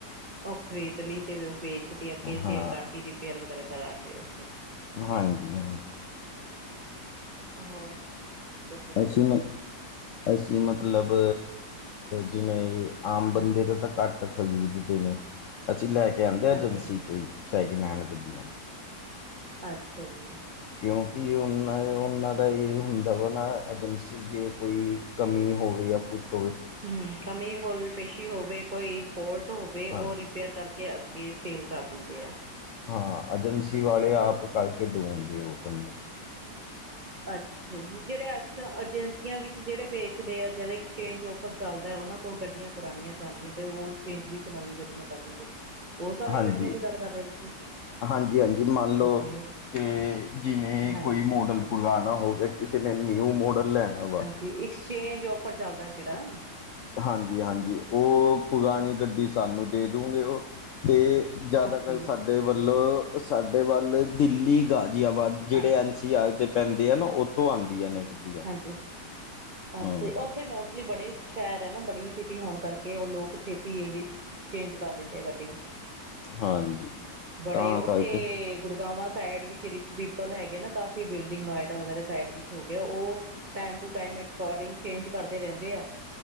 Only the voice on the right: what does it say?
ਉਹ ਖਰੀਦ ਲਈ ਤੇ ਉਹ ਵੇਚਦੀ ਅੱਗੇ
ਸੇਲ ਕਰਤੀ ਰਿਪੇਅਰ ਵਗੈਰਾ ਕਰਾ ਕੇ ਓ
ਹੋਰ। ਦੱਸੋ ਤੁਸੀਂ
ਹਾਂਜੀ
ਹਾਂਜੀ
ਅੱਛਾ ਜੀ।
ਹੂੰ ਕਮੀ ਕੋਈ ਵੀ ਪੇਸ਼ੀ ਹੋਵੇ, ਕੋਈ ਫੋਲਟ ਹੋਵੇ ਉਰੀ
ਰਿਪੇਅਰ ਕਰਕੇ ਅੱਗੇ ਸੇਲ ਕਰ ਦਿੰਦੇ ਆ।
ਅੱਛਾ। ਜਿਹੜੇ ਅੱਛਾ ਏਜੰਸੀਆਂ ਵਿੱਚ ਜਿਹੜੇ ਵੇਚਦੇ ਆ, ਜਿਹੜੇ ਐਕਸਚੇਂਜ ਔਫਰ ਚੱਲਦਾ ਉਹਨਾਂ ਕੋਲ ਗੱਡੀਆਂ ਪੁਰਾਣੀਆਂ ਜਾਂਦੀਆਂ ਤੇ ਉਹ ਐਕਸਚੇਂਜ ਵਿੱਚ ਨਵੀਂ ਗੱਡੀਆਂ ਕਰ ਦਿੰਦੇ। ਉਸ ਆਲੀ
ਗੱਡੀਆਂ ਦੀ ਗੱਲ ਕਰ ਰਹੇ ਹੋ ਤੁਸੀਂ
ਓਕੇ
ਹਾਂਜੀ
ਜੇ ਐਕਸਚੇਂਜ ਓਫਰ ਚੱਲਦਾ ਜਿਹੜਾ?
ਓਕੇ
ਅ
ਹਾਂਜੀ। ਅੱਛਾ
ਜੀ, ਉੱਥੇ ਮੋਸ ਲੀ ਬੜੇ ਸ਼ਹਿਰ ਐ ਨਾ, ਬੜੀ ਸਿਟੀ ਹੋਣ ਕਰਕੇ ਉਹ ਲੋਕ ਛੇਤੀ ਜਿਹੜੀ ਐਕਸਚੇਂਜ ਕਰ ਲੈਂਦੇ ਆ ਗੱਡੀ।
ਬੜੇ
ਉੱਥੇ
ਗੁੜਗਾਵਾਂ ਸਾਈਡ ਵਿ ਰਿਚ ਪੀਪਲ ਹੈਗੇ ਨਾ ਕਾਫੀ ਬਿਲਡਿੰਗ ਨੋਇਡਾ ਵਗੈਰਾ ਸਾਈਡ ਵਿੱਚ ਹੋ ਗਿਆ। ਉਹ time to time according change ਕਰਦੇ ਰਹਿੰਦੇ ਆ